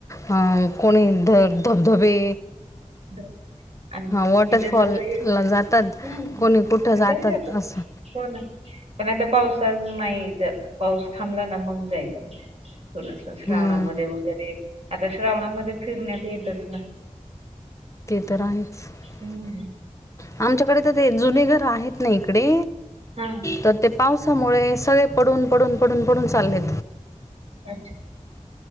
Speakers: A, on the left; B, on the right.
A: ह कोणी ध धबधबे
B: <inaudible> आणि
A: वॉटरफॉलला
B: इथे जवळेच
A: जातात
B: <inaudible> हम्
A: कोणी कुठं
B: <unintelligible>
A: जातात असं
B: हो ना पण आता पावसाळाच नाही तर पाऊस थांबला ना मग जायचं थोडस श्रावणामध्ये
A: हं,
B: वगैरे आता श्रावणामध्ये फिरण्यात येतच ना
A: ते
B: हं.
A: तर आहेच
B: हं.
A: आमच्याकडे तर ते जुने घर आहेत ना इकडे
B: हम
A: तर ते पावसामुळे सगळे पडून पडून पडून पडून चाललेत
B: अच्छा